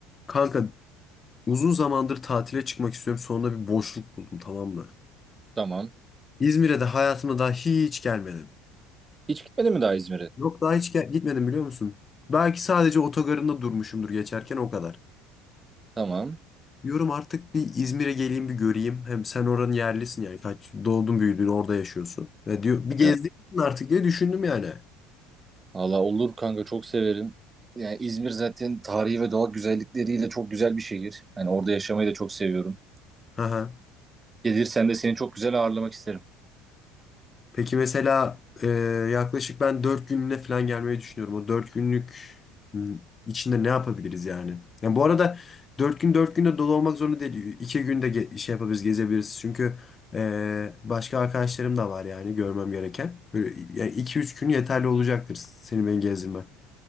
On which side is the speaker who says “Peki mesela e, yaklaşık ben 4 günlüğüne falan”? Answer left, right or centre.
Left